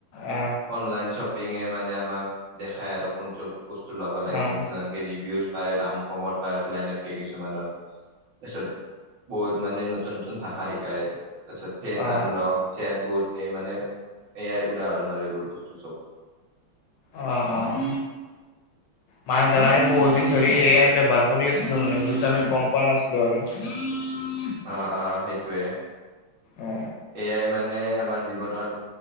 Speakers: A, on the left; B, on the right.
A: অ
B: অনলাইন শ্বপ পিংগে মানে আমাক দেখাই আৰু কোনটো বস্তু লব লাগে
A: অ অ
B: কোনটো নালগে ৰিভিউছ পায় দাম কমত পায় অফলাইনতকে কিছুমানত, তাৰিছত, বহুত মানে নতুন নতুন ভাষা শিকায় তাৰপিছত ফেচ
A: অ
B: আনলক চেট বুট এই মানে এয়াই উদাহৰণ আৰু এইবোৰ বস্তু চব।
A: অ', অ', মানে ধৰা আমি বহুত
B: ফোন আহিছে
A: দিন ধৰি এয়াৰ ব্যৱহাৰ কৰি আছিলোঁ মানে কিন্তু আমি গম পোৱা নাছিলোঁ ৰ, ৰ,
B: অ', অ', সেইটোৱে।
A: অ
B: এয়াই মানে আমাৰ জীৱনৰ